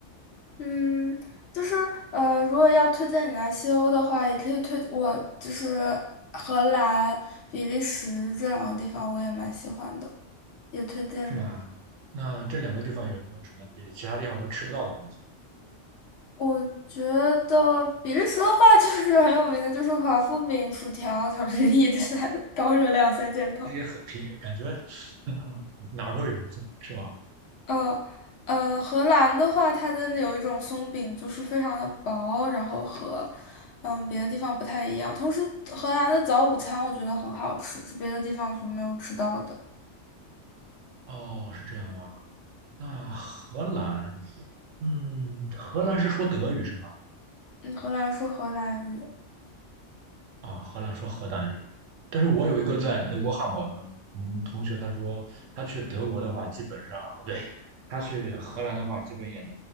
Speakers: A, on the left (about 65°); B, on the right (about 85°).
A: 嗯，就是呃，如果要推荐你来西欧的话，也可以推我就是荷兰、比利时这两个地方，我也蛮喜欢的，也推荐你
B: 是吧？那这两个地方有没有什么比其他地方都吃不到的东西？
A: 我觉得比利时的话 <laughs> 就是很有名的，就是华夫饼、薯条、巧克力这三高热量三件套。
B: 这些很平，感觉 <laughs> 哪儿都有，是吧？
A: 呃呃，荷兰的话，它真的有一种松饼，就是非常的薄，然后和嗯别的地方不太一样。同时，荷兰的早午餐我觉得很好吃，是别的地方所没有吃到的。
B: 哦，是这样吗？那荷兰，嗯，荷兰是说德语是吗？
A: 嗯，荷兰说荷兰语。
B: 啊，荷兰说荷兰语，但是我有一个在德国汉堡的同同学，他说他去德国的话，基本上哦不对，他去荷兰的话，基本也能